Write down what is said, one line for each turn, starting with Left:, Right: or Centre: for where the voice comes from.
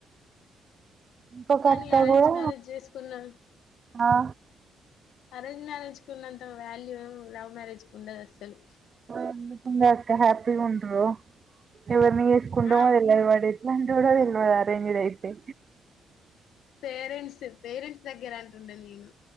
Right: ఇంకొక
Left: కానీ
Right: అక్క
Left: అరేంజ్
Right: కూడా
Left: మ్యారేజ్ చేసుకున్నా
Right: ఆ
Left: అరేంజ్ మ్యారేజ్ కు ఉన్నంత వాల్యూ లవ్ మ్యారేజ్ కు ఉండదు అస్సలు
Right: ఎందుకు అక్క హ్యాపీగా ఉండరు ఎవరిని చేసుకుంటామో
Left: ఆ
Right: అది ఎలా పడే ఎలాంటి వాడో అరేంజ్డ్ ఐతే
Left: పేరెంట్స్ పేరెంట్స్ దగ్గర అంటుండ నేను